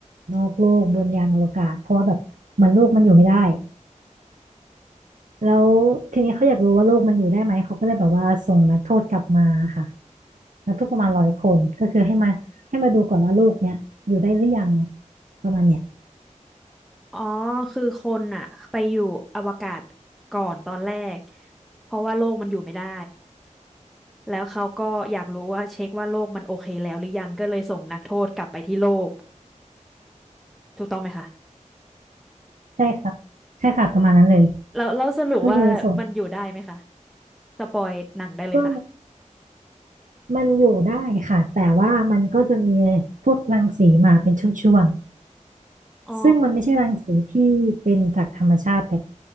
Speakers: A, on the right; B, in the centre.
A: นอกโลกบนยานอวกาศเพราะว่าแบบเหมันโลกมันอยู่ไม่ได้แล้วทีนี้เขาอยากรู้ว่าโลกมันอยู่ได้ไหมเขาก็เลยแบบว่าส่งนักโทษกลับมาค่ะนักโทษประมาณร้อยคนก็คือให้มาให้มาดูก่อนว่าโลกเนี้ยอยู่ได้หรือยังประมาณเนี้ย
B: อ๋อคือคนอะไปอยู่อวกาศก่อนตอนแรกเพราะว่าโลกมันอยู่ไม่ได้แล้วเขาก็อยากรู้ว่าเช็คว่าโลกมันโอเคแล้วหรือยังก็เลยส่งนักโทษกลับไปที่โลกถูกต้องไหมคะ
A: ใช่ครับใช่ค่ะประมาณนั้นเลย
B: แล้วแล้วสรุปว่ามันอยู่ได้ไหมคะ
A: ก็คือส่วน
B: สปอยหนังได้เลยค่ะ
A: ก็มันอยู่ได้ค่ะ แต่ว่ามันก็จะมีพวกรังสีมาเป็นช่วงๆ
B: อ๋อ
A: ซึ่งมันไม่ใช่รังสีที่เป็นจากธรรมชาติแต่